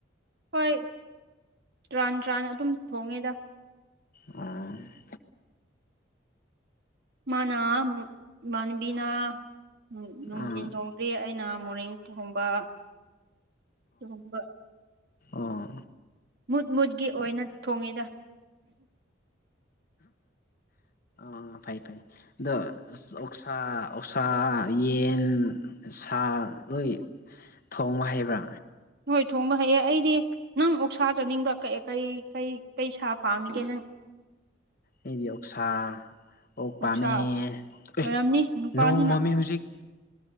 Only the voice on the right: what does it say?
ꯍꯣꯏ ꯇꯔꯥꯟ ꯇ꯭ꯔꯥꯟ ꯑꯗꯨꯝ ꯊꯣꯡꯉꯦꯗ
ꯃꯅ ꯏꯥꯟꯕꯤꯅ ꯅꯅꯨꯡ
ꯊꯤꯟꯗꯣꯡ ꯔꯤ ꯑꯩꯅ ꯃꯣꯔꯅꯤꯡ ꯊꯍꯣꯡꯕ ꯊꯍꯣꯡꯕ
ꯃꯨꯠ ꯃꯨꯠꯀꯤ ꯑꯣꯏꯅ ꯊꯣꯡꯉꯤꯗ
ꯍꯣꯏ ꯊꯣꯡꯕ ꯍꯩꯑ ꯑꯩꯗꯤ ꯅꯪ ꯑꯣꯛꯁꯥ ꯆꯥꯅꯤꯡꯕ꯭ꯔꯥ ꯀꯩ ꯀꯩ ꯀꯩ ꯁꯥ ꯄꯥꯝꯃꯤꯒꯦ ꯅꯪ
ꯑꯣꯛꯁꯥ
ꯑꯣꯏꯔꯝꯅꯤ
ꯅꯨꯄꯥꯅꯤꯅ